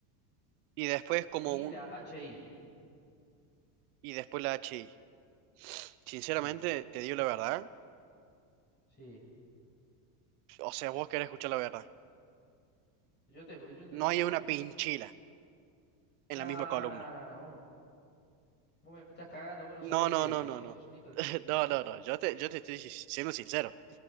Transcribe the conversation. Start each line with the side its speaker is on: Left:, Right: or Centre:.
Right: Y después como
Left: y
Right: un.
Left: la HI.
Right: Y después la HI. Sinceramente,
Left: Sí,
Right: te digo la verdad.
Left: sí.
Right: O sea, vos querés escuchar la verdad.
Left: Yo te, yo te,
Right: No
Left: yo
Right: hay
Left: te
Right: una
Left: escucho.
Right: pinchila en
Left: No,
Right: la misma columna.
Left: no, no, no. Vos, vos me estás cagando, vos no
Right: No,
Left: sabés leer,
Right: no, no,
Left: entonces.
Right: no, no.
Left: Sos un hijo de
Right: <laughs>
Left: puta.
Right: No, no, no. Yo te, yo te estoy si- siendo sincero.